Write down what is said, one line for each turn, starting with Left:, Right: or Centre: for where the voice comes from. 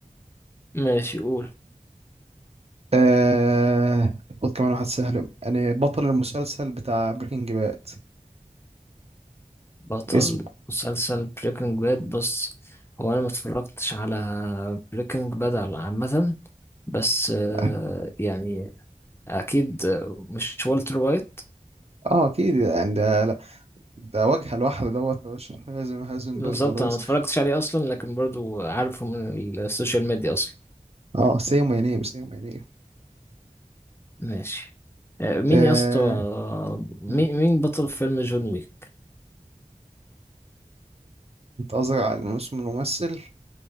Left: ماشي قول
Right: آه... خد كمان واحد سهل يعني بطل المسلسل بتاع بريكنج باد
Left: بطل
Right: اسمه
Left: مسلسل بريكنج باد بص هو انا ما اتفرجتش على بريكنج باد على عامة بس آه،
Right: اه
Left: يعني اكيد آه، مش والتر وايت
Right: آه، اكيد يعني ده ده وجه لوحده دوت يا باشا هازم هازمبرج
Left: بالظبط
Right: يا ريس
Left: انا ما اتفرجتش عليه اصلا لكن برضو عارفه من السوشيال ميديا اصلا
Right: اه سيما ينيب سيما ينيب
Left: ماشي آه، مين
Right: آه.
Left: يا اسطى مين
Right: مم.
Left: مين بطل فيلم جون ويك
Right: انت قصدك على اسم الممثل